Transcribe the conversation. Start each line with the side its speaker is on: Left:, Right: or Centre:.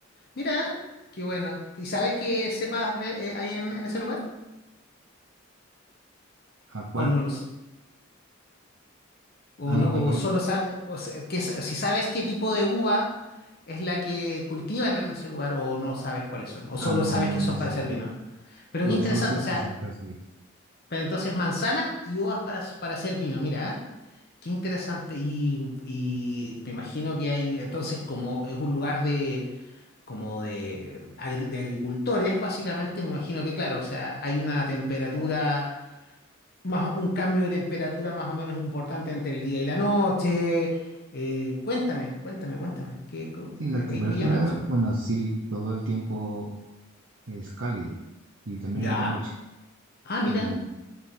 Left: Mira, qué bueno. ¿Y sabes qué cepas ve- eh, hay en, en ese lugar?
Right: ¿a cuál
Left: ¿O no lo, O
Right: hay,
Left: no, o
Right: hay que?
Left: solo sabes, que, si sabes qué tipo de uva es la que cultivan en ese lugar, o no sabes cuáles son, o solo
Right: Ah, no,
Left: sabes
Right: no,
Left: que
Right: no
Left: son
Right: sé.
Left: para hacer vino. Pero
Right: No,
Left: qué interesante,
Right: solo sé
Left: o sea,
Right: que siempre así.
Left: pero entonces manzana y uvas para, para hacer vino, mira, ¿ah? Qué interesante. Y, y me imagino que hay, entonces, como es un lugar de, como de, agri- de agricultores, básicamente, me imagino que, claro, o sea, hay una temperatura más, un cambio de temperatura más o menos importante entre el día y la noche. Eh, cuéntame, cuéntame, cuéntame, que co-
Right: Sí, la
Left: me,
Right: temperatura,
Left: me- me llama la atención.
Right: bueno, sí, todo el tiempo es cálido y también
Left: Ya.
Right: en la noche.
Left: Ah, mira.
Right: Y,